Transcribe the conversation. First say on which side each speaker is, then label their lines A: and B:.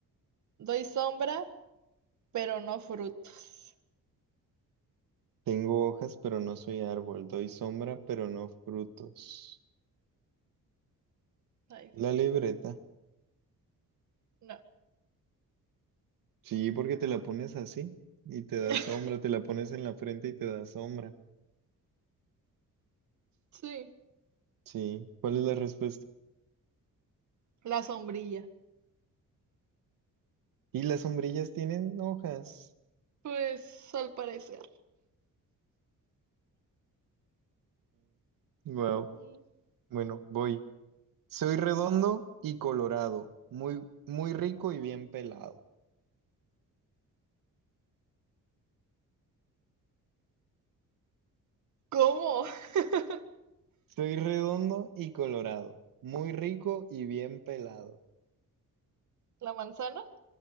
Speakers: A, on the right (about 55°); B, on the right (about 70°).
A: Doy sombra, pero no frutos.
B: Tengo hojas, pero no soy árbol. Doy sombra, pero no frutos.
A: Está difícil.
B: La libreta.
A: No.
B: Sí, porque te la pones así y te da
A: <laughs>
B: sombra. Te la pones en la frente y te da sombra.
A: Sí,
B: Sí. ¿Cuál es la respuesta?
A: la sombrilla.
B: Y las sombrillas tienen hojas.
A: Pues al parecer.
B: wow.
A: Mm,
B: Bueno, voy. Soy redondo y colorado, muy, muy rico y bien pelado.
A: ¿Cómo? <laughs>
B: Soy redondo y colorado, muy rico y bien pelado.
A: ¿La manzana?